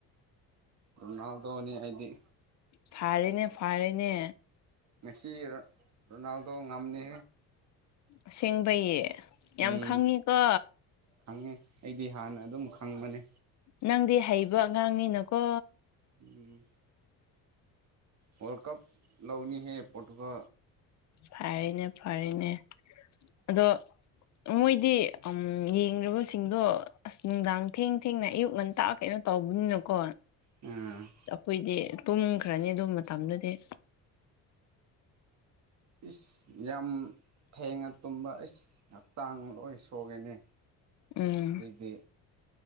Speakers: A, on the right (about 45°); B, on the left (about 50°).
A: ꯎꯅꯥꯜꯗ ꯍꯥꯏꯗꯤ
B: ꯐꯥꯔꯦꯅꯦ ꯐꯥꯔꯦꯅꯦ
A: ꯉꯁꯤ ꯔꯣꯅꯥꯜꯗꯣ ꯉꯝꯅꯤ
B: ꯑꯁꯦꯡꯕꯩꯌꯦ ꯌꯥꯝ
A: ꯎꯝ
B: ꯈꯪꯉꯤꯀꯣ
A: ꯈꯪꯉꯦ ꯑꯩꯗꯤ ꯍꯥꯟꯅ ꯑꯗꯨꯝ ꯈꯪꯕꯅꯦ
B: ꯅꯪꯗꯤ ꯍꯩꯕ ꯑꯉꯥꯡꯅꯤꯅꯀꯣ
A: ꯎꯝ ꯋꯥꯔꯜ ꯀꯞ ꯂꯧꯅꯤꯍꯦ ꯄꯣꯇꯨꯒ
B: ꯐꯔꯦꯅꯦ ꯐꯔꯅꯦ ꯑꯗꯣ ꯃꯣꯏꯗꯤ ꯎꯝ ꯌꯦꯡꯨꯕꯁꯤꯡꯗꯣ ꯑꯁ ꯅꯨꯡꯗꯥꯡ ꯊꯦꯡ ꯊꯦꯡꯅ ꯑꯌꯨꯛ ꯉꯟ ꯇꯥꯛ ꯀꯩꯅꯣ ꯇꯧꯕꯅꯤꯅꯀꯣ
A: ꯎꯝ
B: ꯑꯩꯈꯣꯏꯗꯤ ꯇꯨꯝꯈ꯭ꯔꯅꯤ ꯑꯗꯨꯝ ꯃꯇꯝꯗꯨꯗꯤ
A: ꯏꯁ ꯌꯥꯝ ꯊꯦꯡꯅ ꯇꯨꯝꯕ ꯏꯁ ꯍꯛꯆꯥꯡ ꯂꯣꯏ ꯁꯣꯛꯒꯦꯅꯦ
B: ꯎꯝ
A: ꯍꯧꯗꯤ